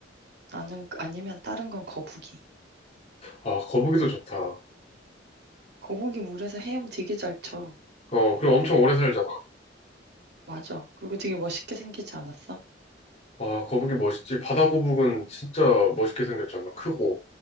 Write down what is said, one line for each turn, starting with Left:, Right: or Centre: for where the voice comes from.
Right: 나는 아니면 다른 건 거북이.
Left: 아, 거북이도 좋다.
Right: 거북이 물에서 헤엄 되게 잘 쳐.
Left: 어, 그리고 엄청 오래 살잖아.
Right: 맞아. 그리고 되게 멋있게 생기지 않았어?
Left: 아, 거북이 멋있지. 바다 거북은 진짜 멋있게 생겼잖아. 크고.